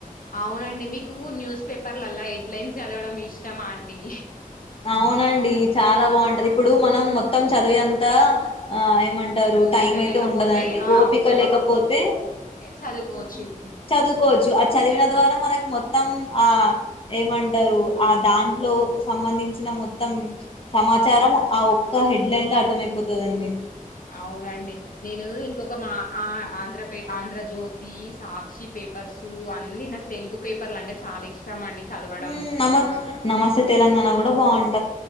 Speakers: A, on the left; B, on the left.
A: అవునండి మీకు న్యూస్ పేపర్లల్లా హెడ్లైన్స్ చదవడం ఇష్టమా అండి
B: అవునండి చాలా బాగుంటది ఇప్పుడు మనం మొత్తం చదివేంత ఆ కుంటారు
A: ఓపిక
B: టైం అయితే
A: లేకపోతే
B: ఉండదండి
A: ఆ
B: ఓపిక లేకపోతే <inaudible>
A: చదువుకోవచ్చు.
B: చదువుకోవచ్చు చదివిన ద్వారా మనకు మొత్తం ఆ ఏమంటారు ఆ దాంట్లో సంబంధిం చిన మొత్తం సమాచారం ఆ ఒక్క హెడ్ లైన్ లో అర్థమయిపోతుందండి
A: అవునండి నేను ఇంకొక మా ఆ ఆంధ్ర పే ఆంధ్రజ్యోతి సాక్షి పేపర్సు అన్నీ నాకు తెలుగు పేపర్లు అంటే చాలా ఇష్టం అండి చదవడం
B: హు నమక్ నమస్తే తె తెలంగాణ కూడా బాగుంట